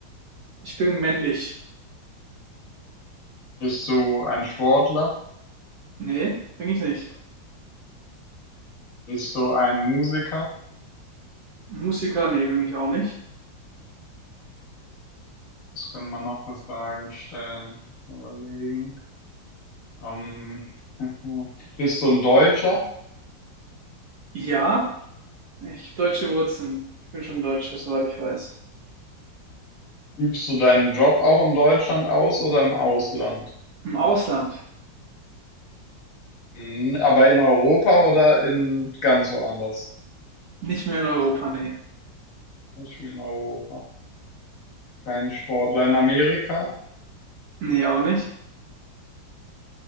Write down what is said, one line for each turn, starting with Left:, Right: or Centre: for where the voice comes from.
Right: Ich bin männlich.
Left: Bist du ein Sportler?
Right: Nee, bin ich nicht.
Left: Bist du ein Musiker?
Right: Musiker, nee, bin ich auch nicht.
Left: Was können wir noch für Fragen stellen? Überlegen. Ähm, <laughs> bist du ein Deutscher?
Right: Ja, ich habe deutsche Wurzeln. Ich bin schon Deutscher, soweit ich weiß.
Left: Übst du deinen Job auch in Deutschland aus oder im Ausland?
Right: Im Ausland.
Left: Mhm. Aber in Europa oder in ganz woanders?
Right: Nicht mehr in Europa, nee.
Left: Nicht mehr in Europa. Kein Sportler in Amerika?
Right: Nee, auch nicht.